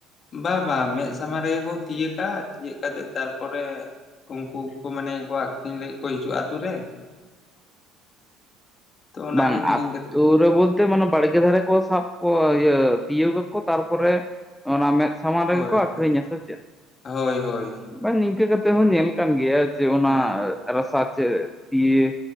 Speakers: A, on the left; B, in the centre.
A: ᱵᱟ ᱵᱟ ᱢᱮᱫ ᱥᱟᱢᱟᱝ ᱨᱮᱜᱮ ᱠᱚ ᱛᱤᱭᱟᱹᱜᱟ ᱛᱤᱭᱟᱹᱜ ᱠᱟᱛᱮᱜ ᱛᱟᱨᱯᱚᱨᱮ ᱩᱱᱠᱩ ᱠᱚ ᱢᱟᱱᱮ ᱠᱚ ᱟᱠᱷᱨᱤᱧ ᱞᱟᱹᱜᱤᱜ ᱠᱚ ᱦᱤᱡᱩᱜᱼᱟ ᱟᱹᱛᱩ ᱨᱮ᱾ ᱛᱚ ᱚᱱᱟᱜᱮ
B: ᱵᱟᱝ <unintelligible>
A: ᱠᱤᱨᱤᱧ ᱠᱟᱛᱮ
B: ᱯᱩᱨᱟᱹ ᱵᱚᱞᱛᱮ ᱢᱟᱱᱮ ᱵᱟᱲᱜᱮ ᱫᱷᱟᱨᱮ ᱠᱚ ᱥᱟᱵ ᱠᱚ ᱤᱭᱟᱹ ᱛᱤᱭᱳᱜᱟᱠᱚ ᱛᱟᱨᱯᱚᱨᱮ ᱚᱱᱟ ᱢᱮᱫ ᱥᱟᱢᱟᱝ ᱨᱮᱜᱮ
A: ᱦᱳᱭ
B: ᱠᱚ ᱟᱹᱠᱷᱨᱤᱧᱟ
A: ᱦᱳᱭ
B: ᱥᱮ ᱪᱮᱫ,
A: ᱦᱳᱭ ᱦᱳᱭ ᱚᱱᱠᱟ
B: ᱵᱟᱝ ᱱᱤᱝᱠᱟᱹ ᱠᱟᱛᱼᱼ ᱱᱚᱛᱮᱦᱚᱸ ᱧᱮᱞ ᱠᱟᱱ ᱜᱮᱭᱟ ᱡᱮ ᱚᱱᱟ
A: ᱦᱮᱸ
B: ᱨᱟᱥᱟ ᱪᱮᱫ ᱛᱤᱭᱮ